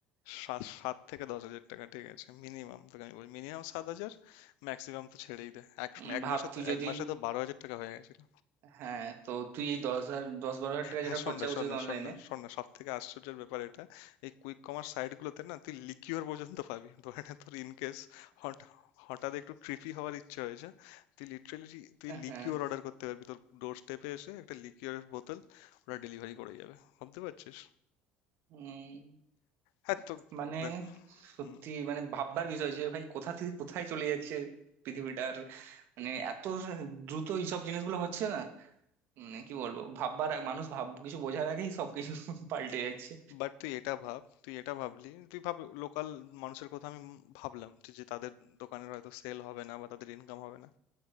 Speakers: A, on the left (about 75°); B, on the right (about 60°).
A: সাত সাত থেকে দশ হাজার টাকা ঠিক আছে মিনিমাম তোকে আমি বলি মিনিমাম সাত হাজার ম্যাক্সিমাম তো ছেড়েই দেয় এক
B: উম,
A: এক
B: ভাব
A: মাসে
B: তুই
A: তো-
B: যদি
A: এক মাসে তো বারো হাজার টাকা হয়ে গেছিল
B: হ্যাঁ তো তুই এই দশ হাজার দশ বারো হাজার টাকা
A: হ্যাঁ
B: যেটা
A: শোন
B: খরচা
A: না শোন
B: উচিত
A: না
B: অনলাইনে
A: শোন না শোন না সব থেকে আশ্চর্যের ব্যাপার এটা এই কুইক কমার্স সাইট গুলোতে না তুই লিকিউর পর্যন্ত পাবি ধরে নে তোর ইন কেস হঠাৎ একটু ট্রিপি হওয়ার ইচ্ছে হয়েছে তুই লিটারেলি তুই
B: হ্যাঁ
A: লিকিউর
B: হ্যাঁ,
A: অর্ডার করতে পারবি তোর ডোর স্টেপে এসে একটা লিকিউরের বোতল ওরা ডেলিভারি করে যাবে ভাবতে পারছিস
B: উম,
A: হ্যাঁ তো
B: মানে
A: দে-
B: সত্যি
A: হুম
B: মানে ভাববার বিষয় যে ভাই কোথা থেকে কোথায় চলে যাচ্ছে পৃথিবীটার মানে এত দ্রুত এইসব জিনিসগুলো হচ্ছে না মানে কি বলবো ভাববার আগ- মানুষ ভাব কিছু বোঝার আগেই সবকিছু <laughs> পাল্টে যাচ্ছে
A: বাট তুই এটা ভাব তুই এটা ভাবলি তুই ভাব লোকাল মানুষের কথা আমি ভাবলাম যে যে তাদের দোকানের হয়তো সেল হবে না বা তাদের ইনকাম হবে না